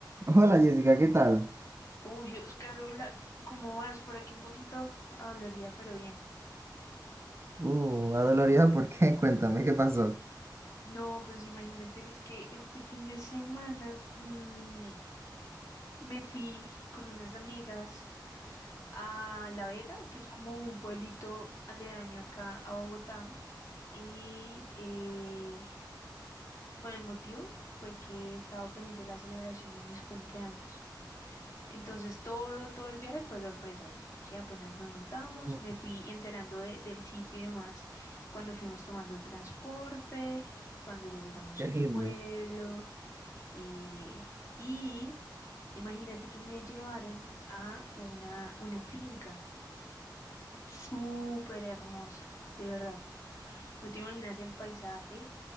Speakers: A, on the right (about 35°); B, on the left (about 40°).
A: Hola Jessica, ¿qué tal?
B: Uy, Oscarola, ¿cómo vas? Por aquí un poquito adolorida, pero bien.
A: Uh, adolorida, ¿por qué? <laughs> Cuéntame, ¿qué pasó?
B: No, pues imagínate que es que este fin de semana mm, me fui con unas amigas a La Vega, que es como un pueblito aledaño acá a Bogotá. Y eh, bueno, el motivo fue que estaba pendiente de la celebración de mis cumpleaños. Entonces todo, todo el viaje fue sorpresa. Sí, apenas nos montamos,
A: Oh,
B: me fui enterando de- del sitio y demás cuando fuimos tomando el transporte, cuando ya llegamos
A: qué
B: al
A: lindo.
B: pueblo. eh, y imagínate que me llevaron a una, una finca súper hermosa, de verdad. No te imaginas el paisaje